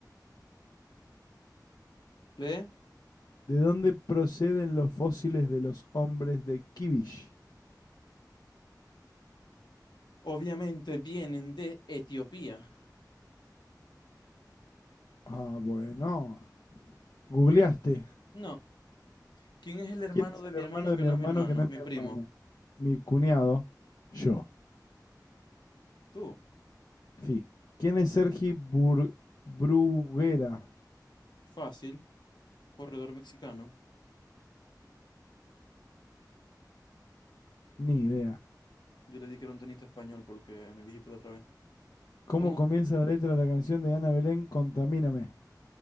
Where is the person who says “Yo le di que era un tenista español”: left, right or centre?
Left